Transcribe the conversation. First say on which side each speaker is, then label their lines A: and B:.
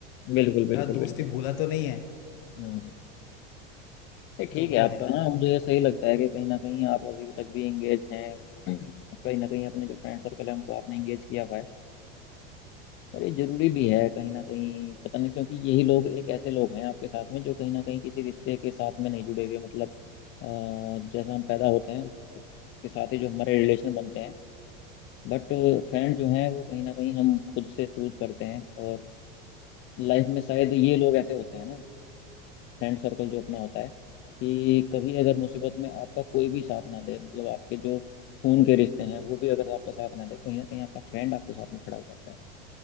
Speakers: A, on the left; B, on the left.
A: बिल्कुल बिल्कुल
B: <laughs> दोस्ती
A: बिल्कुल
B: भूला तो नहीं है
A: हम्म हम्म। नहीं, ठीक
B: तो वो
A: है आपका
B: है तो
A: हाँ मुझे सही लगता है कि कहीं ना कहीं आप अभी तक भी एंगेज हैं कहीं ना कहीं अपने जो फ्रेंड सर्कल है उनको आपने एंगेज किया हुआ है और ये जरूरी भी है कहीं ना कहीं पता नहीं क्योंकि यही लोग एक ऐसे लोग हैं आपके साथ में जो कहीं ना कहीं किसी रिश्ते के साथ में नहीं जुड़े हुए मतलब अ, जैसा हम पैदा होते हैं उसके साथ ही जो हमारे रिलेशन बनते हैं बट फ्रेंड जो हैं वो कहीं ना कहीं हम खुद से चूज करते हैं और लाइफ में शायद ये लोग ऐसे होते हैं ना फ्रेंड सर्कल जो अपना होता है कि कभी अगर मुसीबत में आपका कोई भी साथ ना दे मतलब आपके जो खून के रिश्ते हैं वो भी अगर आपका साथ ना दे कहीं ना कहीं आपका फ्रेंड आपके साथ में खड़ा हो जाता है